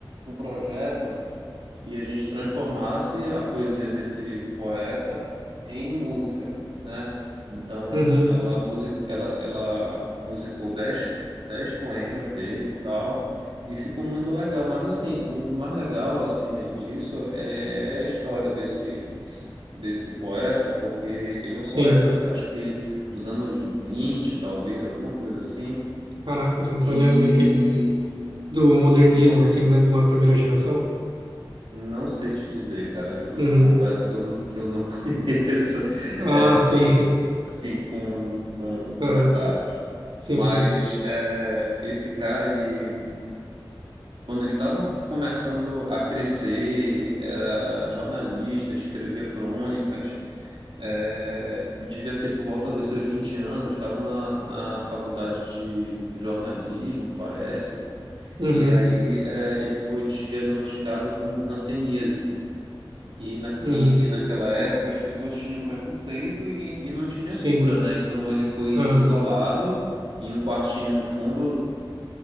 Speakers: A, on the right (about 75°); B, on the right (about 60°).
A: um projeto e a gente transformasse a poesia desse poeta em música, né? Então,
B: uhum,
A: ela, musi ela, ela musicou dez, dez poemas dele e tal, e ficou muito legal. Mas, assim, o mais legal, assim, disso é a história desse, desse poeta, porque ele
B: sim,
A: é um poeta, assim, acho que dos anos 20, talvez, alguma coisa assim,
B: caracas, então
A: e...
B: ele é meio que do modernismo,
A: E quando,
B: assim, né, de uma primeira geração,
A: Não sei te dizer, cara. Eu
B: uhum,
A: te confesso que eu, que eu não <laughs> conheço,
B: ah,
A: é,
B: sim,
A: assim, com, com
B: <laughs> aham,
A: detalhes.
B: sim,
A: Mas
B: sim,
A: é, esse cara, ele, quando ele estava começando a crescer, era jornalista, escrevia crônicas, é, e devia ter por volta dos seus 20 anos, estava na, na faculdade de jornalismo, parece.
B: uhum,
A: E aí é, ele foi diagnosticado com hanseníase E, na,
B: uhum,
A: e naquela época as pessoas tinham preconceito e, e não tinha
B: sim,
A: cura, né? Então ele foi
B: aham,
A: isolado em um quartinho no fundo,